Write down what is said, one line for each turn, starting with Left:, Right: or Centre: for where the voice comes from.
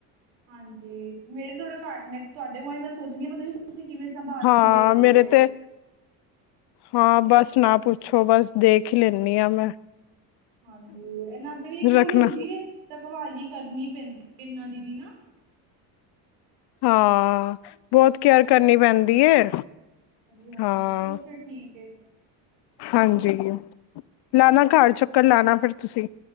Right: ਹਾਂਜੀ। ਮੇਰੇ ਥੋੜੇ ਘੱਟ ਨੇ ਤੁਹਾਡੇ ਮ ਹੀ ਮੈਂ ਸੋਚਣੀ ਪਤਾ ਨੀ ਤੁਸੀਂ ਕਿਵੇਂ ਸੰਭਾਲ
Left: ਹਾਂ
Right: ਲੈਂਦੇ ਹੋਵੋਗੇ?
Left: ਮੇਰੇ ਤੇ ਹਾਂ ਬਸ ਨਾ ਪੁੱਛੋ ਬਸ ਦੇਖ ਹੀ ਲੈਂਨੀ ਆ ਮੈਂ।
Right: ਹਾਂਜੀ ਇਹਨਾਂ ਤੇ ਵੀ ਕੋਈ
Left: ਰੱਖਣਾ
Right: ਹੁੰਦੀ ਏ। ਰਖਵਾਲੀ ਕਰਨੀ ਪੈਂਦੀ ਇਹਨਾਂ ਦੀ ਵੀ ਨਾ।
Left: ਹਾਂ। ਬਹੁਤ ਕੇਅਰ
Right: ਚਲੋ
Left: ਕਰਨੀ ਪੈਂਦੀ ਏ।
Right: ਹਾਂਜੀ ਹਾਂਜੀ
Left: ਹਾਂ
Right: ਚਲੋ ਫਿਰ ਠੀਕ। ਕੇ।
Left: ਹਾਂਜੀ। ਲਾਣਾ
Right: ਠੀਕ ਹੈ
Left: ਘਰ ਚੱਕਰ ਲਾਣਾ ਫਿਰ। ਤੁਸੀਂ।